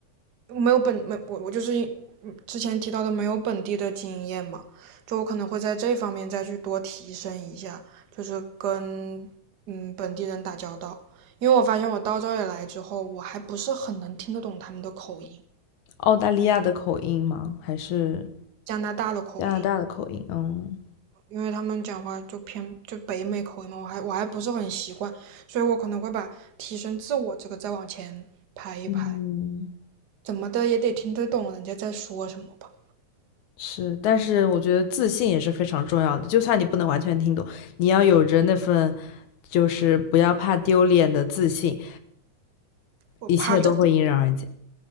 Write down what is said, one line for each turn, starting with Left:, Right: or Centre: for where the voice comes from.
Right: 没有本，没，我我就是嗯之前提到的没有本地的经验嘛，就我可能会在这方面再去多提升一下，就是跟，嗯，本地人打交道，因为我发现我到这里来之后，我还不是很能听得懂他们的口音，
Left: 澳大利亚的口音吗？还是
Right: 加拿大的口音。
Left: 加拿大的口音？嗯
Right: 因为他们讲话就偏就北美口音嘛，我还我还不是很习惯，所以我可能会把提升自我这个再往前排一排，
Left: 嗯，
Right: 怎么的也得听得懂人家在说什么吧。
Left: 是，但是我觉得自信也是非常重要的，就算你不能完全听懂，你要有着那份就是不要怕丢脸的自信，
Right: 我
Left: 一切都会迎刃而解。
Right: pardon